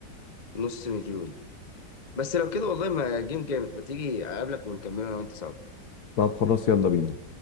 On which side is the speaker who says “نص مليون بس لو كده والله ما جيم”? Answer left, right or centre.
Left